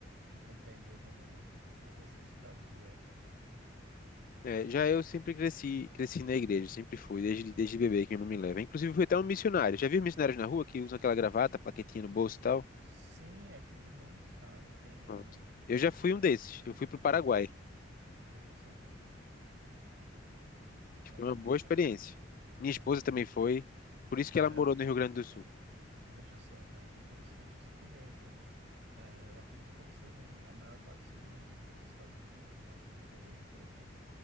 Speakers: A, on the right (about 70°); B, on the left (about 45°).
A: de compreender também as necessidades do outro.
B: É, já eu sempre cresci, cresci na igreja, sempre fui, desde, desde bebê que minha mãe me leva. Inclusive fui até um missionário. Já vi missionários na rua que usam aquela gravata, plaquetinha no bolso e tal?
A: Sim, aqui tem muitos, cara, tem,
B: Pronto.
A: é,
B: Eu já fui um desses. Eu fui pro Paraguai.
A: é, veja só, eu
B: Foi
A: acho
B: uma boa
A: bem interessante.
B: experiência. Minha
A: É,
B: esposa também foi, por isso que
A: é,
B: ela morou
A: eu-
B: no Rio Grande do Sul.
A: Veja só, cara, que interessante. Eu sempre vejo. eh, eu acredito que eles sejam, a maior parte sejam dos Estados Unidos, né? Esses que eu vejo por aqui.